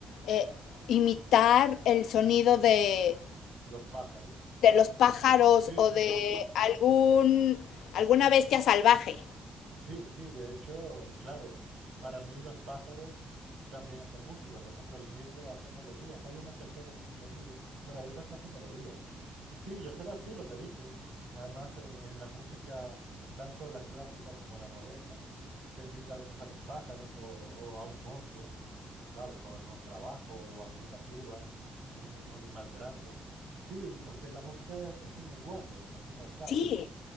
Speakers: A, on the left; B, on the right.
A: eh, imitar el sonido de
B: Los pájaros, claro.
A: de los pájaros
B: Sí,
A: o
B: sí,
A: de
B: sí.
A: algún alguna bestia salvaje.
B: Sí, sí, de hecho, claro, para mí los pájaros eh, también hacen música. Por ejemplo, el mirlo hace melodías. Hay unos que solo es un sonido, pero hay otros que hacen melodías. Sí, yo creo, sí, lo que dices. Además, en, en la música, tanto la clásica como la moderna, se imita a veces a los pájaros o, o a un oso, ¿sabes? Con el contrabajo o alguna tuba, como un, un animal grande. Sí, porque la música es es un lenguaje, al fin y al cabo.
A: Sí.